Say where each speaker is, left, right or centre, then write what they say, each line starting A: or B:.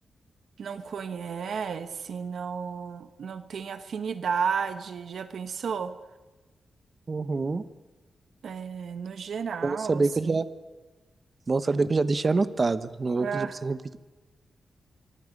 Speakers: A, on the right; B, on the right.
A: não conhece, não, não tem afinidade. Já pensou?
B: Uhum.
A: É, no geral,
B: Bom saber
A: assim.
B: que eu já, bom saber que eu já deixei anotado. Não vou
A: Ah,
B: pedir pra você repetir.